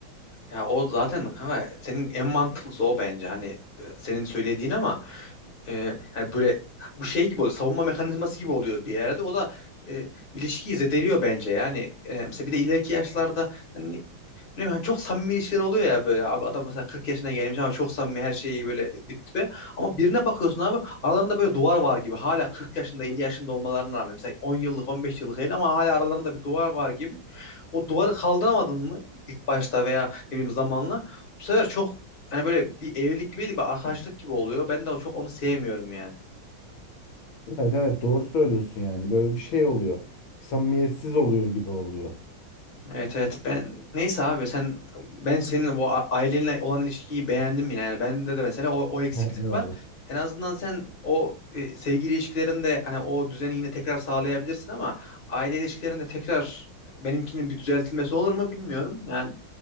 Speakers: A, on the left; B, on the left.
A: Ya o zaten ha, senin en mantıklısı o bence. Hani e, senin söylediğin ama e, hani böyle bu şey gibi oluyor. Savunma mekanizması gibi oluyor bir yerde. O da e, ilişkiyi zedeliyor bence. Yani e, mesela bir de ileriki yaşlarda hani bilmiyorum, hani çok samimi ilişkiler oluyor ya böyle abi adam mesela 40 yaşına gelmiş ama çok samimi her şeyi böyle dip dibe. Ama birine bakıyorsun abi aralarında böyle duvar var gibi. Hala 40 yaşında 50 yaşında olmalarına rağmen mesela 10 yıllık 15 yıllık değil ama hala aralarında bir duvar var gibi. o duvarı kaldıramadın mı ilk başta veya ne bileyim zamanla bu sefer çok hani böyle bir evlilik gibi değil bir arkadaşlık gibi oluyor. Ben de çok onu sevmiyorum yani.
B: Evet evet doğru söylüyorsun yani böyle bir şey oluyor samimiyetsiz oluyor gibi oluyor.
A: Evet evet ben neyse abi sen ben senin bu a- ailenle olan ilişkiyi beğendim yine yani bende de mesela o, o eksiklik
B: <laughs> Eyvallah
A: var en azından sen o e, sevgili ilişkilerinde hani o düzeni yine tekrar sağlayabilirsin ama aile ilişkilerinde tekrar benimkinin bir düzeltilmesi olur mu bilmiyorum yani